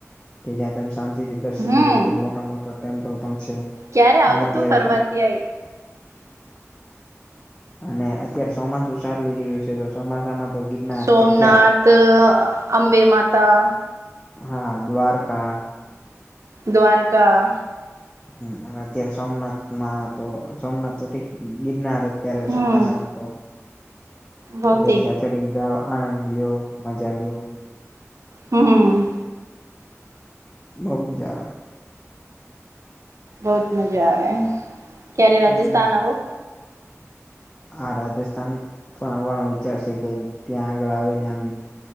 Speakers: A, on the left (about 20°); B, on the right (about 70°).
A: કે જ્યાં તેમ શાંતિ થી દર્શન
B: હમ
A: કરી મોટા મોટા ટેમ્પલ પણ છે.
B: ક્યારે આવું
A: અને અત્યારે
B: તો ફરવા ત આય?
A: અને અત્યારે ચોમાસું ચાલી રહ્યું છે તો. ચોમાસામા તો ગિરનાર
B: સોમનાથ,
A: પ્રખ્યાત
B: અંબે માતા.
A: હા દ્વારકા.
B: દ્વારકા.
A: હ અને અત્યારે સોમનાથમાં તો સોમનાથ તો ઠીક ગિરનાર અત્યારે
B: હમ
A: ચોમાસામાં તો
B: ભૌતે
A: પગથીયા ચડીને જાઓ આનંદ લ્યો. મજા લ્યો.
B: હમ.
A: બહુ મજા આવે.
B: બહુત મજા આવે ક્યારેક રાજસ્થાન
A: હમ
B: આવો.
A: આ રાજસ્થાન પણ આવવાનો વિચાર છે કે ત્યાં આગળ આવીને આમ